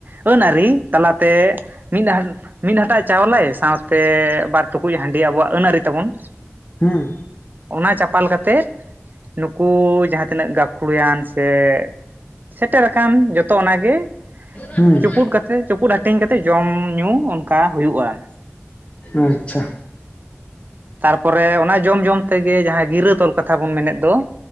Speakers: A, on the right (about 40°); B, on the left (about 25°).
A: ᱟᱹᱱ ᱟᱹᱨᱤ ᱛᱟᱞᱟᱛᱮ ᱢᱤᱫ ᱦᱟ ᱢᱤᱫ ᱦᱟᱴᱟᱜ ᱪᱟᱣᱞᱮ ᱥᱟᱶᱛᱮ ᱴᱩᱠᱩᱡ ᱦᱟᱺᱰᱤ ᱟᱵᱚᱣᱟᱜ ᱟᱹᱱ ᱟᱨᱤ ᱛᱟᱵᱚᱱ᱾
B: ᱦᱩᱸ
A: ᱚᱱᱟ ᱪᱟᱯᱟᱞ ᱠᱟᱛᱮᱫ, ᱱᱩᱠᱩ ᱡᱟᱦᱟᱸ ᱛᱤᱱᱟᱹᱜ ᱜᱟᱹᱠᱷᱩᱲᱟᱱ ᱥᱮ ᱥᱮᱴᱮᱨᱟᱠᱟᱱ ᱡᱚᱛᱚ ᱚᱱᱟᱜᱮ
B: ᱦᱩᱸ
A: ᱪᱩᱯᱩᱫ ᱠᱟᱛᱮᱜ, ᱪᱩᱯᱩᱫ ᱦᱟᱹᱴᱤᱧ ᱠᱟᱛᱮᱫ ᱡᱚᱢ ᱧᱩ ᱚᱱᱠᱟ ᱦᱩᱭᱩᱜᱼᱟ᱾
B: ᱟᱪᱪᱷᱟ,
A: ᱛᱟᱨᱯᱚᱨᱮ ᱚᱱᱟ ᱡᱚᱢ ᱡᱚᱢ ᱛᱮᱜᱮ ᱡᱟᱦᱟᱸ ᱜᱤᱨᱟᱹ ᱛᱚᱞ ᱠᱚ, ᱠᱟᱛᱷᱟ ᱵᱚᱱ ᱢᱮᱱᱮᱫ ᱫᱚ᱾